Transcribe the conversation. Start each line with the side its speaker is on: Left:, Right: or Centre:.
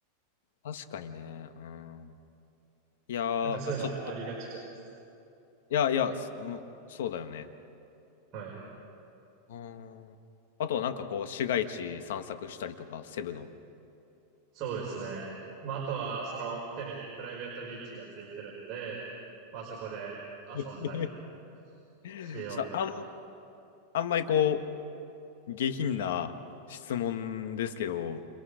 Left: 確かにね。うん。いやー、
Right: なんかそういうのはありがちじゃないです
Left: ちょっと。いやいや、すもうそうだよね。
Right: か。はい。
Left: うん。あとはなんかこう、市街地散策したりとか、セブの。
Right: そうですね。まあ、あとは、そのホテルにプライベートビーチがついてるんで、まあそこで遊んだり
Left: <laughs> ち
Right: しようかなと。
Left: ょっとあん、あんまりこう、下品な質問ですけど、